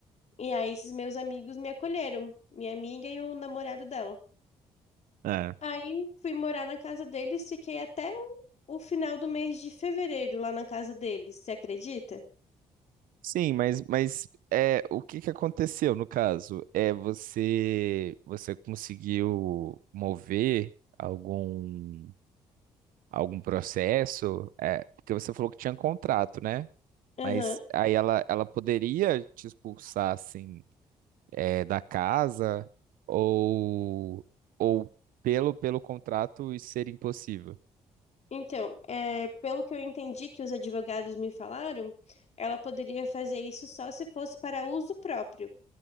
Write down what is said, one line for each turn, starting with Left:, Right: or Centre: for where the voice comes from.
Left: E aí esses meus amigos me acolheram, minha amiga e o namorado dela.
Right: É.
Left: Aí fui morar na casa deles, fiquei até o o final do mês de fevereiro lá na casa deles, você acredita?
Right: Sim, mas, mas é, o que que aconteceu no caso? É você você conseguiu mover algum algum processo? É, porque você falou que tinha contrato, né?
Left: Aham.
Right: Mas aí ela, ela poderia te expulsar assim eh, da casa ou, ou pelo, pelo contrato isso ser impossível.
Left: Então, é, pelo que eu entendi que os advogados me falaram, ela poderia fazer isso só se fosse para uso próprio.